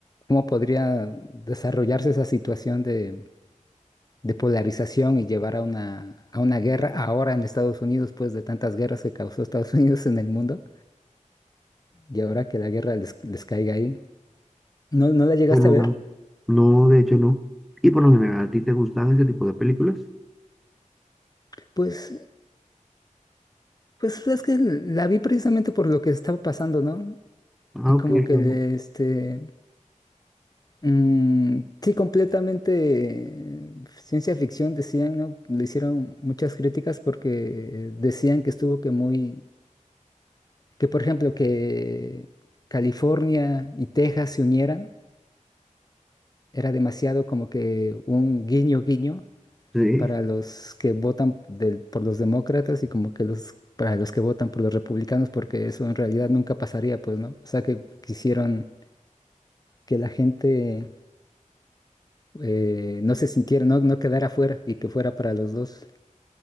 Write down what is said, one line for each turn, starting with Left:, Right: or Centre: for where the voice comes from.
Left: cómo podría desarrollarse esa situación de, de polarización y llevar a una, a una guerra ahora en Estados Unidos, pues de tantas guerras que causó Estados <laughs> Unidos en el mundo, y ahora que la guerra les, les caiga ahí. ¿No, no la llegaste
Centre: Bueno,
Left: a ver?
Centre: no, no, de hecho no. Y por lo general, ¿a ti te gustan ese tipo de películas?
Left: Pues Pues es que la vi precisamente por lo que estaba pasando, ¿no?
Centre: Ah,
Left: Y como
Centre: ok,
Left: que
Centre: bueno.
Left: le, este, mm, sí, completamente eh, ciencia ficción decían, ¿no? Le hicieron muchas críticas porque eh, decían que estuvo que muy, que por ejemplo que California y Texas se unieran, era demasiado como que un guiño guiño
Centre: Sí,
Left: para los que votan del- por los demócratas y como que los para los que votan por los republicanos, porque eso en realidad nunca pasaría, pues, ¿no? O sea, que quisieron que la gente eh, no se sintiera, no, no quedara fuera y que fuera para los dos,